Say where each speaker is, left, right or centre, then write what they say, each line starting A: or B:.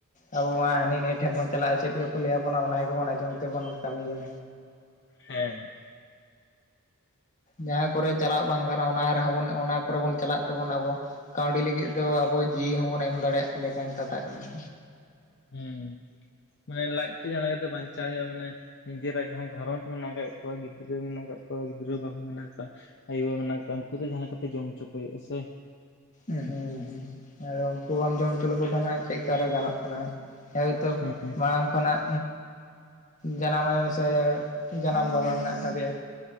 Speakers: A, on the left; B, on the left.
A: ᱟᱵᱚ ᱢᱟ ᱦᱟᱹᱱᱤ ᱱᱤᱭᱟᱹ ᱴᱷᱮᱱ ᱵᱚᱱ ᱪᱟᱞᱟᱜᱼᱟ ᱪᱮᱫ ᱠᱚᱠᱚ ᱞᱟᱹᱭᱟᱵᱚᱱᱟ ᱚᱱᱟ ᱜᱮᱵᱚᱱ ᱟᱸᱡᱚᱢ ᱛᱮᱵᱚᱱ ᱠᱟᱹᱢᱤᱭᱟ
B: ᱦᱮᱸ
A: ᱡᱟᱦᱟᱸ ᱠᱚᱨᱮ ᱪᱟᱞᱟᱜ ᱵᱟᱝ ᱜᱟᱱᱚᱜᱼᱟ ᱚᱱᱟ ᱨᱮᱦᱚᱸ ᱵᱚᱱ ᱚᱱᱟ ᱠᱚᱨᱮ ᱵᱚᱱ ᱪᱟᱞᱟᱜ ᱛᱮᱵᱚᱱ ᱟᱵᱚ ᱠᱟᱹᱣᱰᱤ ᱞᱤᱜᱤᱜ ᱫᱚ ᱟᱵᱚ ᱡᱤᱣᱤ ᱦᱚᱸᱵᱚᱱ ᱮᱢ ᱫᱟᱲᱮᱭᱟᱜ ᱞᱮᱠᱟᱱ ᱠᱟᱛᱷᱟ ᱠᱟᱱᱟ ᱾
B: ᱦᱩᱸ ᱢᱟᱱᱮ ᱞᱟᱡ ᱛᱮ ᱡᱟᱦᱟᱸ ᱞᱮᱠᱟᱛᱮ ᱵᱟᱧᱪᱟᱣ ᱦᱳᱭᱳᱜᱼᱟ ᱢᱟᱱᱮ ᱱᱤᱡᱮᱨᱟᱜ ᱡᱟᱦᱟᱸ ᱜᱷᱟᱨᱚᱸᱡᱽ ᱢᱮᱱᱟᱜ ᱟᱠᱟᱜ ᱠᱚᱣᱟ ᱜᱤᱫᱽᱨᱟᱹ ᱢᱮᱱᱟᱜ ᱟᱠᱟᱫ ᱠᱚᱣᱟ ᱜᱤᱫᱽᱨᱟᱹ ᱵᱟᱹᱦᱩ ᱢᱮᱱᱟᱜ ᱠᱟ ᱟᱭᱳᱵᱟ ᱢᱮᱱᱟᱜ ᱠᱚᱣᱟ ᱩᱱᱠᱩ ᱫᱚ ᱡᱟᱦᱟᱸ ᱞᱮᱠᱟᱛᱮ ᱡᱚᱢ ᱪᱚ ᱠᱚ ᱦᱳᱭᱳᱜᱼᱟ ᱥᱮ
A: ᱩᱸ ᱦᱩᱸ ᱦᱩᱸ ᱟᱨ ᱩᱝᱠᱩ ᱵᱟᱢ ᱡᱚᱢ ᱪᱚ ᱞᱮᱠᱚ ᱠᱷᱟᱱ ᱦᱟᱸᱜ ᱪᱮᱜ ᱠᱟᱨᱮ ᱜᱟᱱᱚᱜ ᱠᱟᱱᱟ ᱦᱮᱭᱛᱚ
B: ᱦᱮᱸ
A: ᱢᱟᱲᱟᱝ ᱠᱷᱚᱱᱟᱜ ᱡᱟᱱᱟᱢ ᱟᱭᱳ ᱥᱮ ᱡᱟᱱᱟᱢ ᱵᱟᱵᱟ ᱢᱮᱱᱟᱜ ᱟᱠᱟᱫᱮᱭᱟ